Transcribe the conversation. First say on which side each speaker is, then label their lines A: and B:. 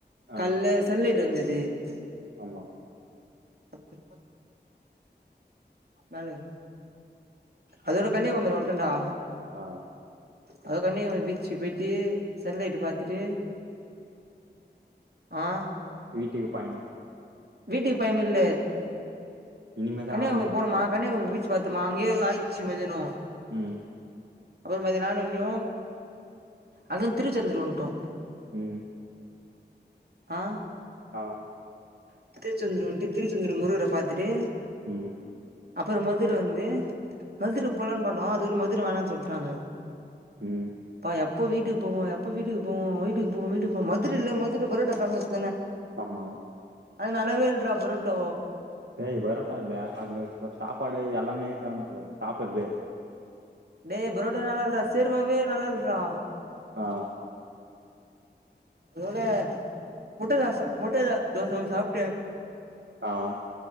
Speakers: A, on the right (about 75°); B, on the right (about 60°).
A: ஆ
B: கல்லா செல்ல இது வந்துது இது
A: ஆமா
B: ஹா மேல அதோட கன்னியாகுமரி வந்துட்டேன் டா
A: ஆஹ்
B: அதக்கண்ணே பீச்சக்கு போயிட்டு சன்லைட் பாத்துட்டு ஆஹ்
A: வீட்டுக்கு பாயணும்
B: வீட்டுக்கு பயன் இல்ல
A: இனிமேதா
B: கன்னியாகுமாரி
A: ஆரம்பமா
B: போணுமா கன்னியாகுமரி பீச் பீச் பா்த்தமா அங்கய ஆயிடுச்சு மதினம்
A: உம்
B: அப்புற மத்தியானம் ஆனோனும் அங்கருந்து திருச்சந்துர் வந்துட்டோம்
A: உஹம்
B: ஆஹ்
A: ஆஹ்
B: டும் திருச்செந்தூர் வந்துட்டு திருச்செந்தூர் முருகர் பார்த்தட்டு
A: உம்
B: அப்புறம் மதுரை வந்து மதுரக்கு போலான்னு பண்ணோம் அதுல மதுர வேணாம்னு சொல்ட்டாங்க
A: உம்
B: ப்பா எப்போ வீடுக்கு போவோ எப்போ வீடுக்கு போவம் வீடு போ வீடு மதுரில்ல மதுர புரோட்டா பேமஸ்
A: ஆமா
B: நல்லாவே இல்றா பரோட்டோ
A: ஏய் பரோட்டா இல்ல அ அங்க சாப்பாடு எல்லா <unintelligible> சாப்பிறது
B: டேய் பரோட்டா நல்லால்றா சேர்வாவவே நல்லா இல்றா
A: ஆ
B: அதோட முட்ட தோச முட்ட தோச சாப்பிட்டு
A: ஆஹ்